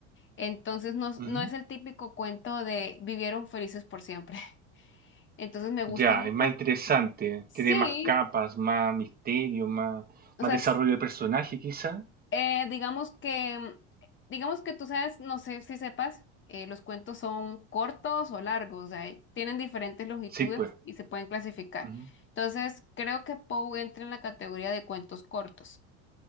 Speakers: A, on the left; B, on the right.
A: entonces no, s-
B: ujú.
A: no es el típico cuento de vivieron felices por siempre, <laughs> entonces me gusta
B: Ya,
A: mucho,
B: es más interesante.
A: sí.
B: Tiene más capas, más misterio, más,
A: O
B: más
A: sea,
B: desarrollo de personaje, quizá.
A: Eh, digamos que, digamos que tú sabes, no sé si sepas, eh, los cuentos son cortos o largos, o sea, eh, tienen diferentes longitudes
B: Sí, pues.
A: y se pueden clasificar.
B: ujú.
A: Entonces, creo que Poe entra en la categoría de cuentos cortos.